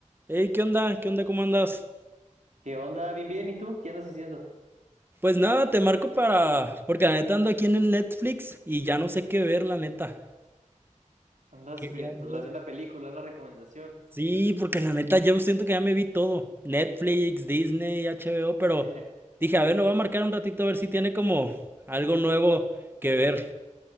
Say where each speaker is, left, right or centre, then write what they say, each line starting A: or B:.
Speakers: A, on the right (about 15°); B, on the right (about 70°).
A: Hey, ¿qué onda? ¿Qué onda? ¿Cómo andas?
B: ¿Qué onda? Bien, bien. ¿Y tú? ¿Qué andas haciendo?
A: Pues nada, te marco para... Porque la neta ando aquí en el Netflix y ya no sé qué ver, la neta.
B: Andas
A: Quería
B: que- atrás
A: ver.
B: de una película, una recomendación.
A: Sí, porque la neta yo siento que ya me vi todo. Netflix, Disney, HBO, pero
B: <laughs>
A: dije, a ver, lo voy a marcar un ratito a ver si tiene como algo nuevo que ver.